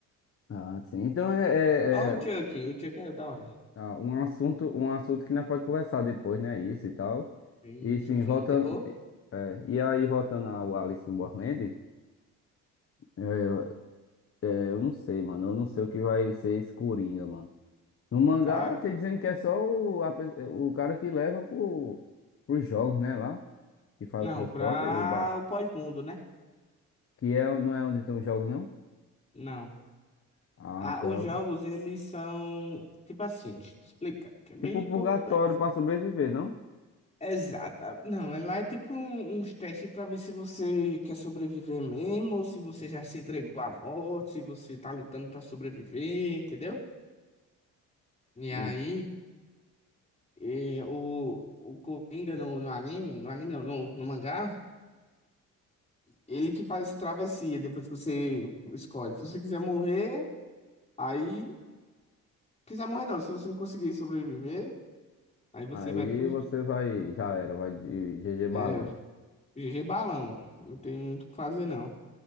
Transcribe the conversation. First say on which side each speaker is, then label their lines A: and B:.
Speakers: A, on the left; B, on the left.
A: Ah, sim. Então é,
B: Ó o
A: é- é,
B: Chuck. O Chuck é da hora.
A: ah, um assunto, um assunto que não pode conversar depois, né? Isso e tal.
B: Tem
A: E sim,
B: sobre filme
A: voltando.
B: de terror?
A: é, e aí, voltando ao Alice in Borderland. é, Eu não sei, mano. Eu não sei o que vai ser esse Coringa, mano. No mangá,
B: Cara,
A: tem dizendo que é só o, a pe- o cara que leva pro, pros jogos, né? Lá, que faz
B: não,
A: o transporte,
B: pra
A: o bar.
B: o pós-mundo, né?
A: Que é, não é onde tem os jogos, não?
B: Não.
A: Ah,
B: Ah,
A: então.
B: os jogos, eles são tipo assim, deixa eu te explicar, que é bem
A: Tipo o purgatório
B: complexo.
A: pra sobreviver, não?
B: Exata. Não, é lá é tipo um- uns testes pra ver se você quer sobreviver mesmo, ou se você já se entregou à morte, se você tá lutando pra sobreviver, entendeu? E
A: E
B: aí, eh, o, o Coringa no, no anime, no anime não, no, no mangá. Ele que faz essa travessia depois que você escolhe. Se você quiser morrer, aí. Quiser morrer não, se você não conseguir sobreviver, aí você
A: aí
B: vai pro.
A: você vai. Já era, vai de GG balão.
B: É, GG balão. Não tem muito o que fazer, não.